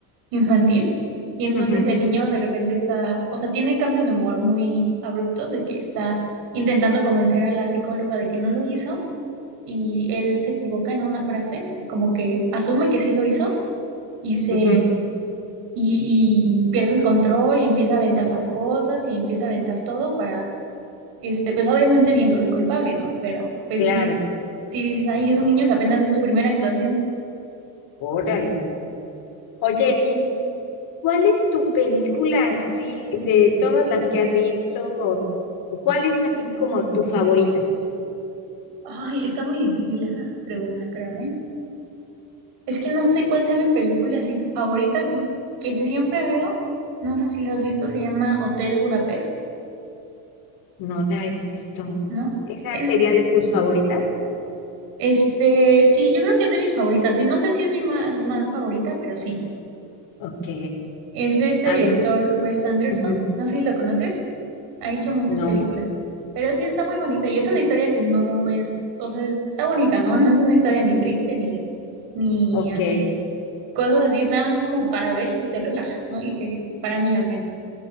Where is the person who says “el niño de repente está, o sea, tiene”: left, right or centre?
Right